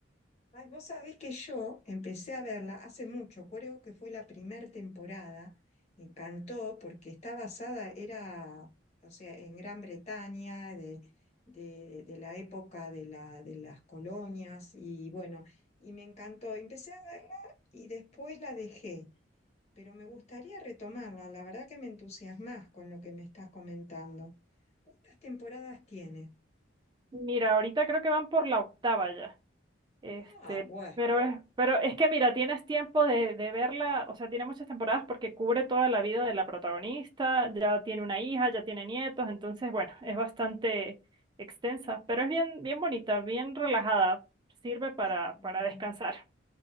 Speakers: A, on the left (about 35°); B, on the right (about 25°).
A: Ay, vos sabés que yo empecé a verla hace mucho, creo que fue la primera temporada. Me encantó porque está basada, era, o sea, en Gran Bretaña, de, de- de la época de, la, de las colonias, y bueno, y me encantó. Empecé a verla y después la dejé, pero me gustaría retomarla. La verdad que me entusiasmás con lo que me estás comentando. ¿Cuántas temporadas tiene?
B: Mira, ahorita creo que van por la octava ya. Este,
A: Ah, bueno.
B: pero es, pero es que mira, tienes tiempo de, de verla, o sea, tiene muchas temporadas porque cubre toda la vida de la protagonista, ya tiene una hija, ya tiene nietos, entonces, bueno, es bastante extensa, pero es bien, bien bonita, bien relajada, sirve para,
A: Qué lindo.
B: para descansar.